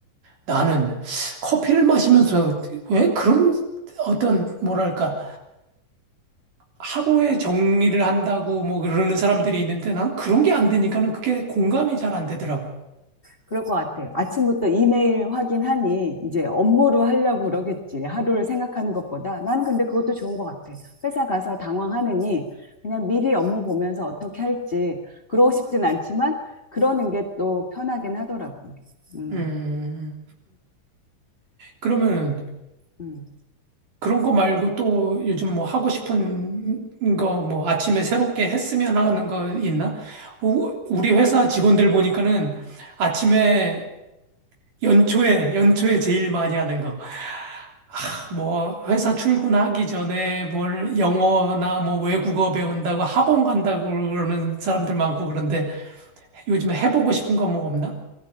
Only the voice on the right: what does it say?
나는 커피를 마시면서 왜 그런 어떤 뭐랄까 하루에 정리를 한다고 뭐 그러는 사람들이 있는데 난 그런 게 안 되니까는 그게 공감이 잘 안 되더라고.
음. 그러면
그런 거 말고 또 요즘 뭐 하고 싶은 거 뭐 아침에 새롭게 했으면 하는 거 있나? 우- 우리 회사 직원들 보니까는 아침에 연초에 연초에 제일 많이 하는 거. 아, 뭐 회사 출근하기 전에 뭘 영어나 뭐 외국어 배운다고 학원 간다고 그러는 사람들 많고 그런데 요즘에 해보고 싶은 거 뭐 없나?